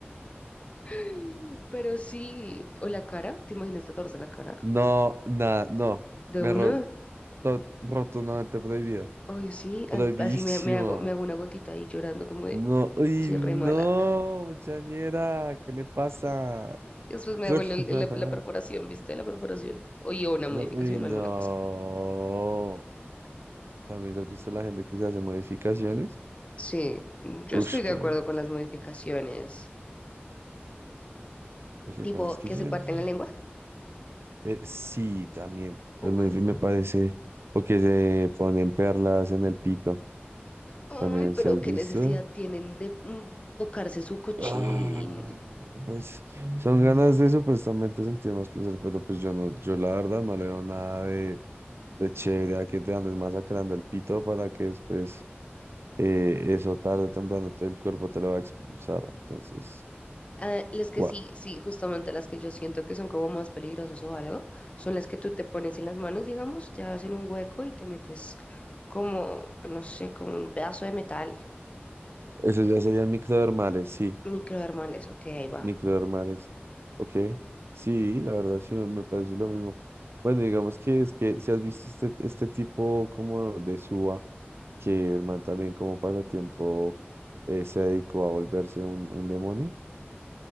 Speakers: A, on the left (about 30°); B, on the right (about 75°).
A: <laughs> Pero sí, o la cara, ¿te imaginas tatuarse la cara?
B: No, nada, no.
A: ¿De
B: Me
A: una?
B: ro- to- rotundamente prohibido.
A: Oye, sí,
B: Prohibísimo.
A: a- así me, me hago, me hago una gotita ahí llorando como de,
B: No, uy,
A: y soy
B: no,
A: re mala.
B: muchañera, ¿qué le pasa?
A: Y después me
B: <laughs>
A: hago el- el- la, la perforación, ¿viste? La perforación. Oye, o una modificación
B: No, uy,
A: o alguna
B: no.
A: cosa.
B: También has visto la gente que se hace modificaciones.
A: Sí, mm, yo
B: Ush,
A: estoy de
B: pero
A: acuerdo con las modificaciones.
B: lo que
A: Tipo,
B: pasa es que
A: que
B: yo
A: se
B: siento-
A: parten la lengua.
B: eh, sí, también.
A: Uf.
B: Las modificaciones me parece. O que se ponen perlas en el pito.
A: Ay,
B: También,
A: pero
B: ¿se has
A: qué
B: visto?
A: necesidad tienen de mm, tocarse su cochín.
B: Ah, pues son ganas de supuestamente sentir más placer, pero pues yo no, yo la verdad no le veo nada de, de chévere a que te andes masacrando el pito para que después. eh, eso tarde o temprano te- el cuerpo te lo va a expulsar. Entonces,
A: Ah, las que
B: wow.
A: sí, sí, justamente las que yo siento que son como más peligrosas o algo, son las que tú te pones en las manos, digamos, te hacen un hueco y te metes como, no sé, como un pedazo de metal,
B: Esos ya serían microdermales, sí,
A: microdermales, ok, ahí va.
B: microdermales. Ok, sí, la verdad sí me me parece lo mismo. Bueno, digamos que es que si has visto este, este tipo como de suba, que el man también como pasatiempo eh, se dedicó a volverse un, un demonio.